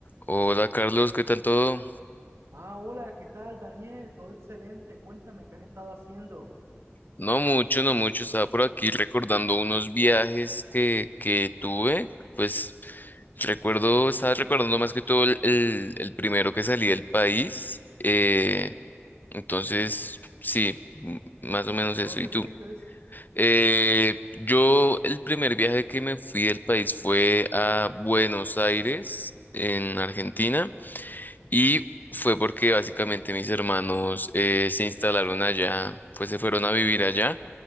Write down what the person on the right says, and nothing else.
Ah, hola, ¿qué tal, Daniel? Todo excelente. Cuéntame, ¿qué has estado haciendo?
¿A
dónde
fuiste?